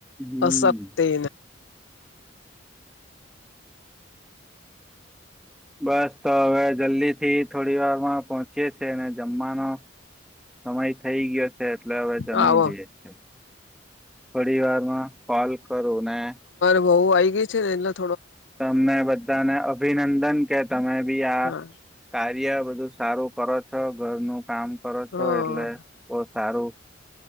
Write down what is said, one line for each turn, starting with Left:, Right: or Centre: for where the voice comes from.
Centre: હમ
Left: અશક્તિ
Centre: બસ તો હવે જલ્દીથી થોડી વારમાં પહોંચીયે છીએ ને જમવા નું સમય થઇ ગયો છે એટલે હવે જમી
Left: આવો
Centre: લઈ એ પરિવારમાં પાલ કરોને
Left: વઉ આઈ ગઈ છે લગભગ
Centre: તમેને બધાને અભિનંદન કે તમે બી આ
Left: હા
Centre: કાર્ય બધું સારું કરો છો ઘરનું કામ કરો
Left: હા
Centre: છો એટલે બહ સારું